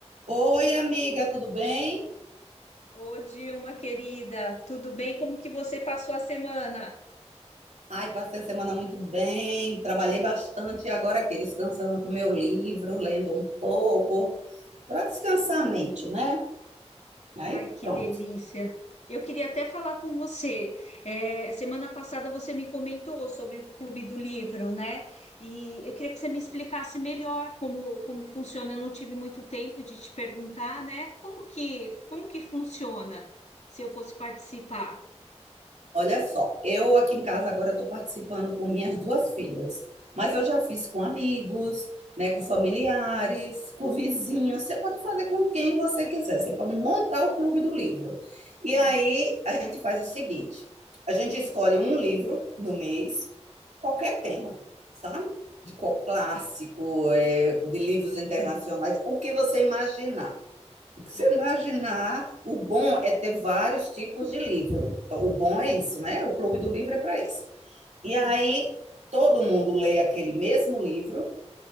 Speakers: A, on the right; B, on the left.
A: Oi, amiga, tudo bem?
B: Ô, Dilma, querida, tudo bem? Como que você passou a semana?
A: Ai, passei a semana muito bem, trabalhei bastante e agora aqui descansando com meu livro, lendo um pouco, para descansar a mente, né? Aí,
B: Ai, que
A: pronto.
B: delícia! Eu queria até falar com você. É, semana passada você me comentou sobre o Clube do Livro, né? E eu queria que você me explicasse melhor como, como funciona. Eu não tive muito tempo de te perguntar, né? Como que, como que funciona se eu fosse participar?
A: Olha só, eu aqui em casa agora estou participando com minhas duas filhas, mas eu já fiz com amigos, né, com familiares, com vizinhos. Você pode fazer com quem você quiser, você pode montar o clube do livro. E
B: Sim,
A: aí a gente faz o seguinte: a gente escolhe um livro no mês, qualquer tema, sabe? De co- clássico, eh, de livros internacionais, o que você imaginar. O que Você
B: tá.
A: imaginar, o bom é ter vários tipos de livro. Então, o bom é
B: Si-
A: isso, né? O clube do livro é para isso. E aí
B: Sim.
A: todo mundo lê aquele mesmo livro